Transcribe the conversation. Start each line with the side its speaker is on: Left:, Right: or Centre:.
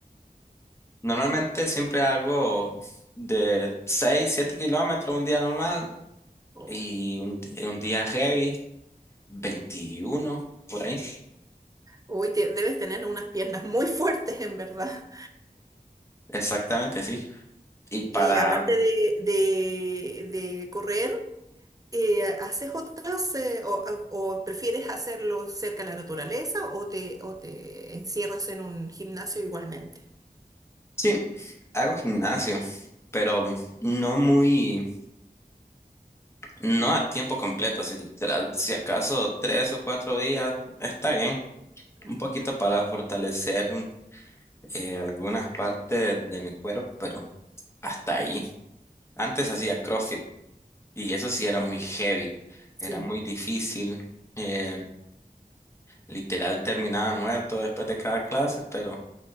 Left: <laughs> Normalmente siempre hago de 6 7 kilómetros un día normal
Right: Oh,
Left: y un, un día heavy. 21 por ahí.
Right: Uy, te- debes tener unas piernas muy fuertes, en verdad.
Left: Exactamente, sí. Y para,
Right: Y aparte de, de- de correr, eh, ¿haces otras eh, o, o prefieres hacerlo cerca de la naturaleza o te, o te encierras en un gimnasio igualmente?
Left: sí, hago gimnasio, pero
Right: Mm,
Left: no muy, no a tiempo completo, si literal, si acaso tres o cuatro días, está bien.
Right: ujú,
Left: Un poquito para fortalecer eh, algunas partes de mi cuerpo, pero hasta ahí.
Right: mm,
Left: Antes hacía CrossFit y eso sí era muy heavy,
Right: Sí.
Left: era muy difícil. eh, literal terminaba muerto después de cada clase, pero